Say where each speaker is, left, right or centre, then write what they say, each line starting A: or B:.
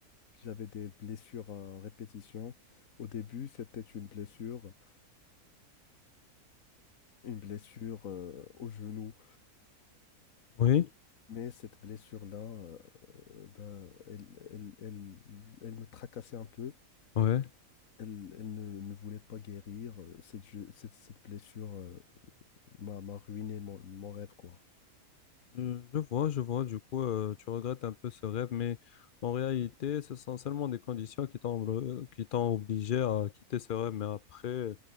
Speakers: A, on the left (about 65°); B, on the left (about 85°).
A: que j'avais des blessures à répétition. Au début, c'était une blessure, une blessure euh, au genou.
B: Oui,
A: Mais cette blessure-là, euh, ben, elle, elle, elle, elle me tracassait un peu.
B: ouais.
A: Elle, elle ne, ne voulait pas guérir. Euh, Cette, je- cette, cette blessure euh, m'a, m'a ruiné mon, mon rêve, quoi.
B: Euh, Je vois, je vois. Du coup, euh, tu regrettes un peu ce rêve, mais en réalité, ce sont seulement des conditions qui t'ont obli- qui t'ont obligé à quitter ce rêve. Mais après,